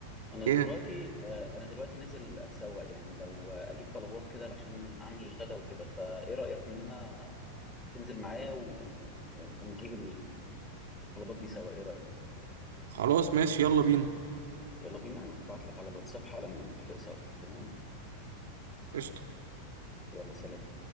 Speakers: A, on the left (about 20°); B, on the right (about 60°).
A: انا
B: ايه
A: دلوقتي آه، انا دلوقتي نازل اتسوق يعني لو آه، اجيب طلبات كده عشان اعمل الغدا وكده فايه رايك ان انا تنزل معايا و... ونجيب الطلبات دي سوا ايه رايك
B: خلاص ماشي يلا بينا
A: يلا بينا انا هبعت لك على الواتساب حالا ونتفق سوا تمام
B: قشطه
A: يلا سلام